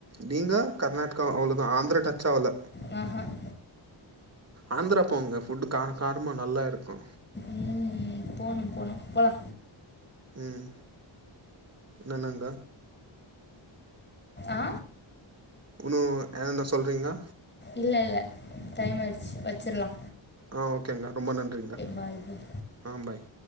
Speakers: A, on the right; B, on the left.
A: நீங்க கர்நாடகா அவ்வளோதா ஆந்திரா டச்சாவல
B: ஹெ ஹெங்
A: ஆந்திரா போங்க ஃபுட்டு் காரெ காரமா நல்லா இருக்கோ
B: ம் ம் போனோ போனோ போலா
A: ம் நானாங்க
B: ஆ
A: உன்னு என்னன சொல்றீங்களா
B: இல்ல இல்ல டைம் ஆயிடுச்சு வச்சிடலா
A: ஆ ஓகேங்கா ரொம்ப நன்றிங்கா
B: பாய் பாய்
A: ஆ பாய்